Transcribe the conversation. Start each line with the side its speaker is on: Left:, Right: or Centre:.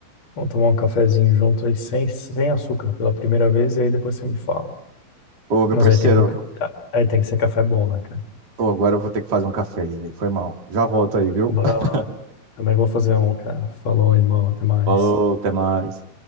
Left: vamos tomar um cafezinho junto aí sem, sem açúcar pela primeira vez e aí depois você me fala.
Right: <laughs> Ô, meu
Left: Mas
Right: parceiro,
Left: aí tem que, aí tem que ser café bom, né, cara?
Right: ô, agora eu vou ter que fazer um café, né? Foi mal. Já volto aí, viu?
Left: Bora
Right: <laughs>
Left: lá. Também vou fazer um, cara. Falou, irmão, até mais.
Right: Falou, até mais.